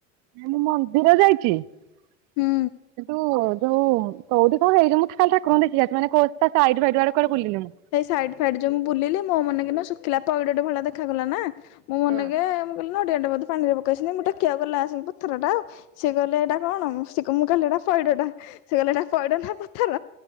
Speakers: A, on the right; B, on the left.
A: ନା ମୁଁ ମନ୍ଦିର ଯାଇଚି। କିନ୍ତୁ
B: ହୁଁ
A: ଯୋଉ କଉଠି କଣ ହେଇଚି ମୁଁ ଖାଲି ଠାକୁରଙ୍କୁ ଦେଖିକି ଆସେ ମାନେ କଉ ତା ସାଇଟ ଫାଇଟ ଆଡେ କୁଆଡେ ବୁଲିନି ମୁଁ।
B: ସେଇ ସାଇଟ୍ ଫାଇଟ୍ ଯୋଉ ମୁଁ ବୁଲିଲି ମୋ ମନେ କିନା ଶୁଖିଲା ପଇଡ ଟେ ଭଳିଆ ଦେଖାଗଲା ନା। ମୋ ମନେକେ
A: ହଁ
B: ମୁଁ କଇଲି ନଡିଆ ଟେ ବୋଧେ ପାଣିରେ ପକାଇଛି ନାଇଁ ମୁଁ ଟେକିଆକୁ ଗଲା ଆସିକି ପଥର ଟା ଆଉ। ସିଏ କଇଲେ ଏଇଟା କଣ? ମୁଁ ସେ କ ମୁଁ କଇଲି ଏଟା ପଇଡଟା। ସେ କଇଲେ ଏଟା ପଇଡ଼ ନା ପଥର